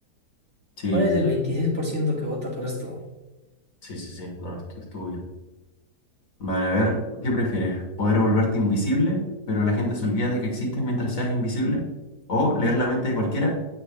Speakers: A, on the left (about 50°); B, on the right (about 45°).
A: Sí,
B: ¿Cuál es el 26% que vota por esto?
A: sí, sí, sí, no, esto estuvo bien. Vale, a ver, ¿qué prefieres? ¿Poder volverte invisible, pero la gente se olvida de que existes mientras seas invisible? ¿O leer la mente de cualquiera,